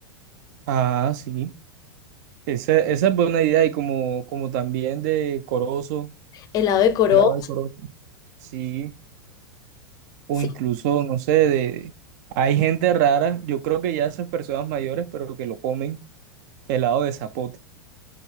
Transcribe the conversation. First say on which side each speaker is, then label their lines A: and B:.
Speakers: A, on the right; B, on the left.
A: Ah, sí. Esa, esa es buena idea y como, como también de corozo,
B: helado de coro
A: helado de corozo, sí, o
B: Sí.
A: incluso, no sé, de... Hay gente rara, yo creo que ya esas personas mayores, pero que lo comen helado de zapote.